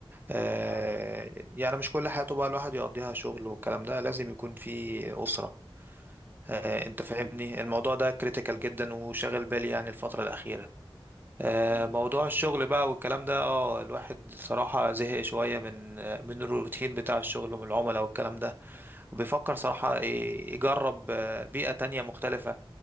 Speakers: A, on the right; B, on the left.
A: آه
B: أه
A: يعني مش كل حياته بقى الواحد يقضيها شغل والكلام ده لازم يكون في اسره آه
B: أيوه
A: انت فاهمني الموضوع ده كريتيكال جدا وشاغل بالي يعني الفتره الاخيره آه
B: مم.
A: موضوع الشغل بقى والكلام ده اه الواحد صراحه زهق شويه من من الروتين بتاع الشغل ومن العملاء والكلام ده وبيفكر صراحه
B: أيوه
A: ي- يجرب آه، بيئه تانية مختلفه